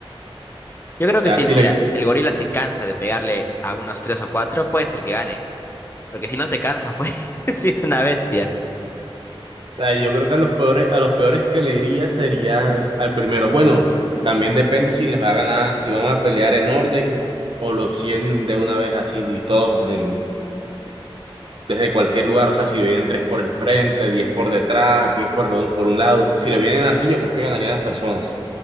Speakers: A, on the left (about 25°); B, on the right (about 60°).
A: Yo creo
B: sea,
A: que si,
B: si
A: el- mira,
B: le,
A: el gorila se cansa de pegarle a unos tres o cuatro, puede ser que gane, porque si no se cansa, pues, <laughs> si es una bestia.
B: sea, yo creo que a los peores, a los peores que le iría sería al primero. Bueno, también depende si les va a ganar, si van a pelear en orden o los 100 de una vez así y todos en- desde cualquier lugar. O sea, si le vienen tres por el frente, 10 por detrás, 10 por, el o- por un lado. Si le vienen así, yo creo que ganarían las personas.